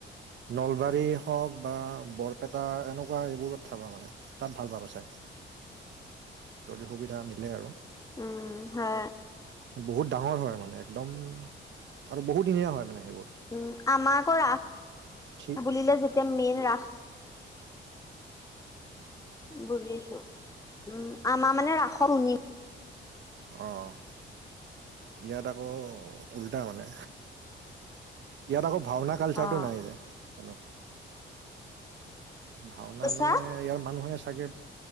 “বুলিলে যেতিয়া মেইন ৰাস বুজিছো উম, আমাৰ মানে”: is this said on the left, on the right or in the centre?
Left